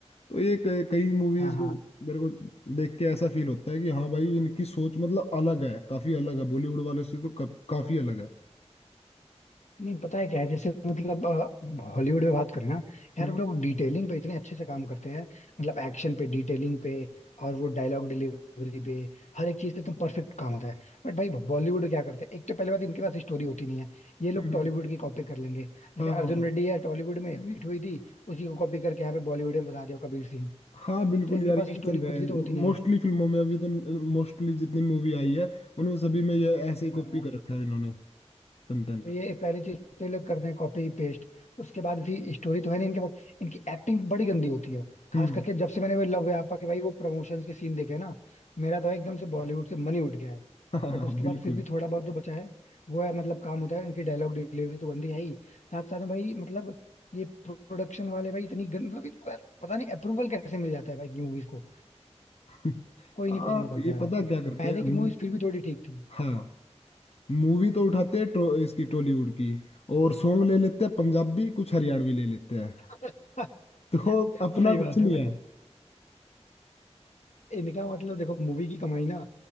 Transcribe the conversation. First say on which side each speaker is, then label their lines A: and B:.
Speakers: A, on the left; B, on the left.
A: तो ये क- कई मूवीज
B: हाँ हाँ
A: को मेरे को देख के ऐसा फील होता है कि हाँ भाई इनकी सोच मतलब अलग है काफी अलग है बॉलीवुड वालों से तो का, काफी अलग है
B: नहीं पता है क्या है जैसे मतलब हॉलीवुड में बात करें ना यार
A: हम्म
B: वो लोग डिटेलिंग पे इतने अच्छे से काम करते हैं मतलब एक्शन पे डिटेलिंग पे और वो डायलॉग डिलीवरी पे हर एक चीज पे एकदम परफेक्ट काम होता है बट भाई बॉलीवुड में क्या करते हैं एक तो पहले बात इनके पास स्टोरी होती नहीं है ये लोग
A: हम्म,
B: टॉलीवुड
A: हम्म,
B: की कॉपी कर लेंगे जैसे
A: हाँ हाँ
B: अर्जुन
A: हाँ।
B: रेड्डी है टॉलीवुड में हिट हुई थी उसी को कॉपी करके यहाँ पे बॉलीवुड में बना दिया कबीर सिंह
A: हाँ बिल्कुल
B: तो इनके
A: यार
B: पास
A: यही
B: स्टोरी
A: चल रहा
B: खुद
A: है
B: की तो होती नहीं
A: मोस्टली फिल्मों में अभी तो मोस्टली जितनी मूवी आई है उनमें सभी में ये ऐसे ही
B: है
A: कॉपी कर रखा है इन्होंने कंटेंट
B: तो ये पहली चीज तो ये लोग करते हैं कॉपी पेस्ट उसके बाद भी स्टोरी तो है नहीं इनके पास इनकी एक्टिंग बड़ी गंदी होती है खास
A: हम्म
B: करके जब से मैंने वो लव है आपा के भाई वो प्रमोशंस के सीन देखे ना मेरा तो एकदम से बॉलीवुड से मन ही उठ गया है
A: <laughs> हाँ
B: बट उसके
A: बिल्कुल
B: बाद फिर भी थोड़ा बहुत जो बचा है वो है मतलब काम होता है इनकी डायलॉग डिलीवरी तो गंदी है ही साथ साथ में भाई मतलब ये प्रोडक्शन वाले भाई इतनी गंद मतलब इनको यार पता नहीं अप्रूवल कैसे मिल जाता है भाई मूवीज को
A: हाँ
B: कोई नहीं पसंद करता
A: ये
B: यार आजकल
A: पता क्या करते
B: पहले
A: हैं
B: की
A: मू-
B: मूवीज फिर भी थोड़ी ठीक थी
A: हाँ मूवी तो उठाते हैं टो, इसकी टॉलीवुड की और सॉन्ग ले लेते हैं पंजाबी कुछ हरियाणवी ले लेते हैं
B: <laughs>
A: <laughs> तो अपना
B: सही बात
A: कुछ नहीं
B: है भाई
A: है
B: इनका मतलब देखो मूवी की कमाई ना